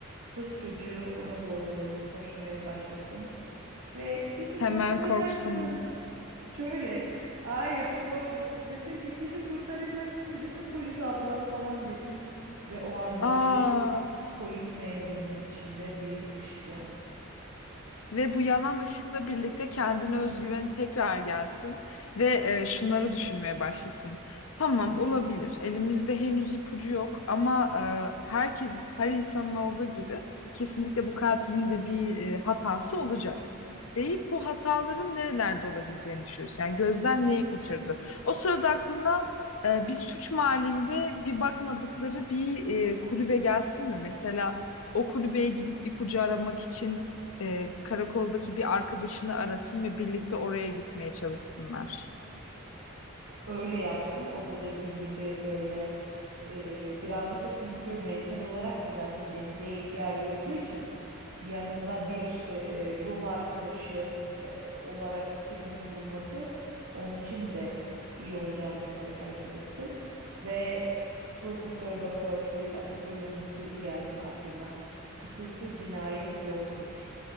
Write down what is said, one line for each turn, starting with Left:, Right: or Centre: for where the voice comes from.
Right: kız çocuğu ona doğru koşmaya başlasın ve bizi
Left: Hemen
Right: kurtaracaksın.
Left: korksun.
Right: Şöyle hayır korkmasın desin ki bizi kurtaracaksın değil mi polis abla falan desin ve o anda
Left: Aa,
Right: bizim polis memurumuzun içinde bir ışık yansın.
Left: Ve bu yanan ışıkla birlikte kendine özgüveni tekrar gelsin ve e, şunları düşünmeye başlasın. Tamam olabilir. Elimizde henüz ipucu yok ama e, herkes, her insanın olduğu gibi kesinlikle bu katilin de bir e, hatası olacak deyip bu hataların nerelerde olabileceğini düşünüyorsun. Yani gözden neyi kaçırdı? O sırada aklına e, bir suç mahallinde bir bakmadıkları bir e, kulübe gelsin mi? Mesela o kulübeye gidip ipucu aramak için e, karakoldaki bir arkadaşını arasın ve birlikte oraya gitmeye çalışsınlar.
Right: Öyle yapsın. O da dediğin gibi böyle e, birazcık da çünkü mental olarak da zaten desteğe ihtiyacı olduğu için yanında bir e, yol arkadaşı e, olarak birinin bulunması onun için de iyi olacağını düşünerek hareket etsin. Ve Profesör Doktor Sevil Atasoy'un sözü gelsin aklına. Kusursuz cinayet yoktur.